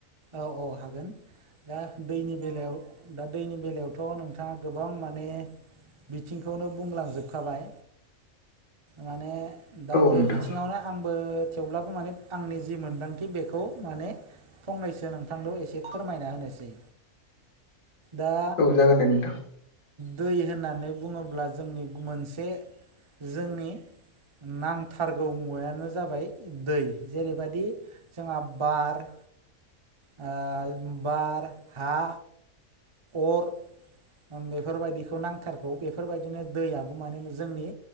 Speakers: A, on the right; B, on the left.
A: औ औ हागोन। दा दैनि बेलायाव दा दैनि बेलायावथ' नोंथाङा गोबां माने बिथिंखौनो बुंलांजोबखाबाय माने दा
B: औ नोंथां
A: बे बिथिङावनो आंबो थेवब्लाबो माने आंनि जि मोन्दांथि बेखौ माने फंनैसो नोंथांखौ एसे फोरमायना होनोसै दा
B: औ जागोन दे नोंथां
A: दै होननानै बुङोब्ला जोंनि मोनसे जोंनि नांथारगौ मुवायानो जाबाय दै। जेरैबायदि जोंहा बार ओ-बार, हा, अर बेफोरबायदिखौ नांथारगौ। बेफोरबायदिनो दैयाबो माने जोंनि